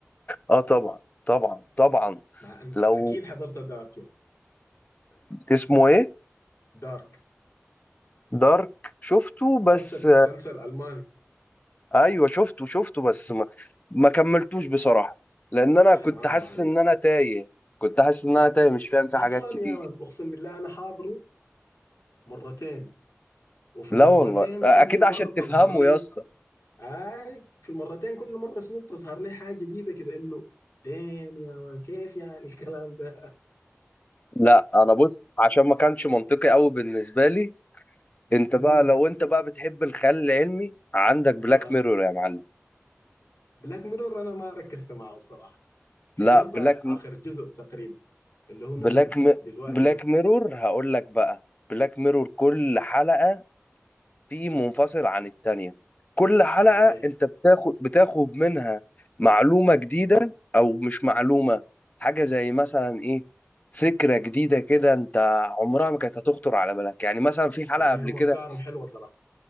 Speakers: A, on the left; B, on the left.
A: آه طبعا طبعا طبعا
B: مع ان
A: لو
B: اكيد حضرت دارك يا مان.
A: اسمه إيه
B: دارك
A: دارك شفته
B: مسلسل
A: بس
B: مسلسل الماني
A: أيوه شفته شفته بس ما, ما كملتوش بصراحة لأن أنا
B: حرام
A: كنت حاسس
B: عليك
A: إن أنا تايه كنت حاسس إن
B: لا
A: أنا تايه مش فاهم في
B: اصلا
A: حاجات كتير
B: يا مان اقسم بالله انا حاضره مرتين وفي
A: لا
B: المرتين
A: والله اكيد
B: كل مره
A: عشان
B: بتظهر
A: تفهمه
B: لي
A: يا اسطى
B: اي في المرتين كل مره شنو بتظهر لي حاجه جديده كده انه دام يا مان كيف يعني الكلام ده
A: لا انا بص عشان ما كانش منطقي قوي بالنسبه لي انت
B: امم
A: بقى لو انت بقى بتحب الخيال العلمي عندك بلاك
B: اه
A: ميرور يا معلم
B: بلاك ميرور انا ما ركزت معه بصراحه حضرت
A: لا بلاك
B: اخر
A: م...
B: جزء تقريبا اللي هو
A: بلاك
B: نزل
A: م...
B: دلوقتي
A: بلاك
B: ده
A: ميرور هقول لك بقى بلاك ميرور كل حلقه في منفصل عن التانية كل حلقة
B: اي
A: انت بتاخد بتاخد منها معلومة جديدة او مش معلومة حاجة زي مثلا ايه فكرة جديدة كده انت عمرها ما كانت هتخطر على بالك يعني مثلا في حلقة
B: اي
A: قبل
B: هم
A: كده
B: افكارهم حلوه صراحه